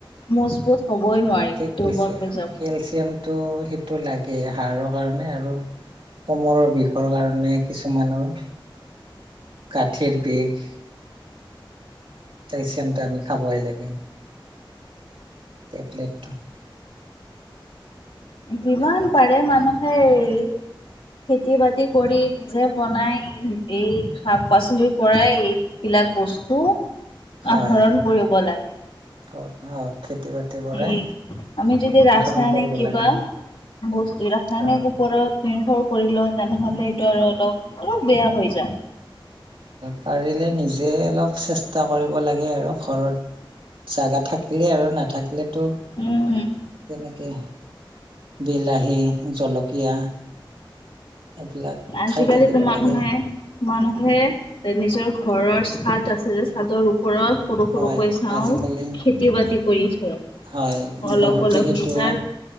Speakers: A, on the left; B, on the right.
A: মজবুত হ'বই নোৱাৰিব
B: ঠিক
A: দুৰ্বল
B: কৈছে
A: হৈ যাব
B: কেলচিয়ামটো সেইটো লাগে আৰু হাড়ৰ কাৰণে আৰু কোমৰৰ বিষৰ কাৰণে কিছুমানৰ গাঠিৰ বিষ কেলচিয়ামটো আমি খাবই লাগে টেবলেট
A: যিমান পাৰে মানুহে এই খেতি বাতি কৰি নিজে বনাই এই শাক পাচলিৰ পৰাই এই বিলাক বস্তু
B: হয়
A: আহৰণ কৰিব লাগে।
B: <unintelligible> পৰাই
A: এই আমি যদি ৰাস্তা
B: আহৰণ কৰিব
A: নি কিবা
B: লাগে
A: বস্তু <unintelligible>
B: হয়
A: উপৰত নিৰ্ভৰ কৰি ল তেনেহলে এইটো আৰু অলপ অলপ বেয়া হৈ যায়
B: পাৰিলে নিজে অলপ চেষ্টা কৰিব লাগে আৰু ঘৰত জাগা থাকিলে আৰু নাথাকিলেতো
A: উম
B: তেনেকে বিলাহী, জলকীয়া এইবিলাক
A: আজিকালিতো
B: খাই থাকিব
A: মানুহে
B: লাগে
A: মানুহে এ নিজৰ ঘৰৰ চাদ আছে যে চাদৰ ওপৰত সৰু
B: হয়
A: সৰুকৈ চাওঁ
B: আজিকালি
A: খেতি বাতি কৰি থয়।
B: হয়
A: অলপ
B: বহুতে
A: অলপ
B: সেইটো
A: নিজৰ